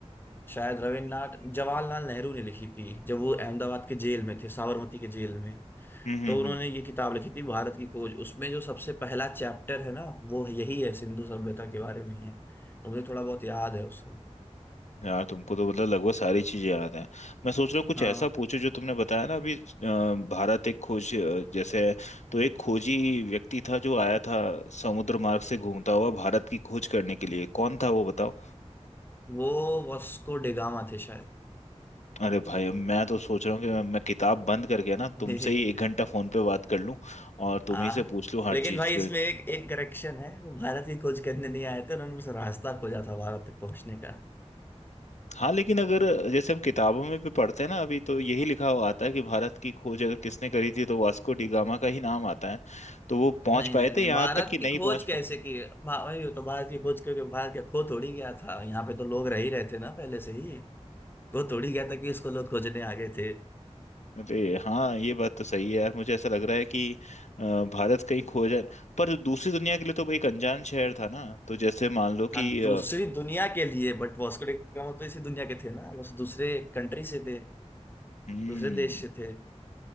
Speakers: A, on the left; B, on the left.
A: शायद रविन्द्रनाथ जवाहरलाल नेहरू ने लिखी थी जब वो अहमदाबाद के जेल में थे साबरमती के जेल में
B: हम्म हम्म
A: तो उन्होंने
B: हम्म
A: ये किताब लिखी थी भारत की खोज उसमें जो सबसे पहला चैप्टर है ना वो यही है सिंधु सभ्यता के बारे में ही है तो मुझे थोड़ा बहुत याद है उसको
B: यार तुमको तो मतलब लगभग सारी चीजें याद हैं मैं सोच रहा हूँ कुछ
A: हाँ
B: ऐसा पूछो जो तुमने बताया ना अभी अ, भारत एक खोज अ, जैसे है। तो एक खोजी व्यक्ति था जो आया था समुद्र मार्ग से घूमता हुआ भारत की खोज करने के लिए कौन था वो बताओ
A: वो वास्को डी गामा थे शायद
B: अरे भाई अब मैं तो सोच रहा हूँ कि मैं, मैं किताब बंद करके ना
A: <laughs>
B: तुमसे ही एक घंटा फोन पे बात कर लूँ और तुम
A: हाँ
B: ही से पूछ लूँ हर
A: लेकिन
B: चीज
A: भाई इसमें एक एक करेक्शन है वो भारत की खोज करने नहीं आए थे उन्होंने बस रास्ता खोजा था भारत तक पहुंचने का
B: हाँ लेकिन अगर जैसे हम किताबों में भी पढ़ते हैं ना अभी तो यही लिखा हुआ आता है कि भारत की खोज अगर किसने करी थी तो वास्को डी गामा का ही नाम आता है तो वो पहुंच
A: नहीं
B: पाए
A: नहीं नहीं
B: थे यहाँ
A: भारत
B: तक कि
A: की
B: नहीं
A: खोज
B: पहुंच
A: कैसे
B: पाए
A: की भा- भाई वो तो भारत की खोज करके भारत के खो थोड़ी गया था यहाँ पे तो लोग रह ही रहे थे ना पहले से ही खो थोड़ी गया था कि इसको लोग खोजने आ गए थे
B: अरे हाँ ये बात तो सही है यार मुझे ऐसा लग रहा है कि अ, भारत कहीं खोज है, पर दूसरी दुनिया के लिए तो वो एक अनजान शहर था ना तो जैसे मान लो
A: हाँ
B: कि अ,
A: दूसरी दुनिया के लिए बट वास्को डी गामा तो इसी दुनिया के थे ना बस दूसरे कंट्री से थे
B: हम्म
A: दूसरे देश से थे